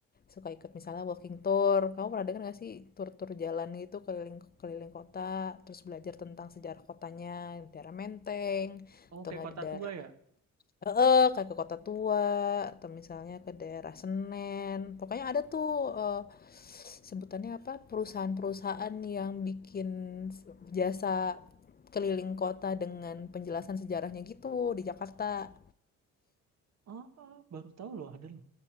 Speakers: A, on the left; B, on the right.
A: suka ikut misalnya walking tour. Kamu pernah dengar nggak sih tur-tur jalan gitu keliling keliling kota, terus belajar tentang sejarah kotanya, di daerah Menteng,
B: Oh,
A: atau
B: kayak
A: nggak
B: kota
A: di daerah
B: tua ya.
A: Heeh, kayak ke Kota Tua atau misalnya ke daerah Senen. Pokoknya ada tuh eee, sebutannya apa? Perusahaan-perusahaan yang bikin s jasa keliling kota dengan penjelasan sejarahnya gitu di Jakarta.
B: Oh, oh, baru tahu loh ada loh.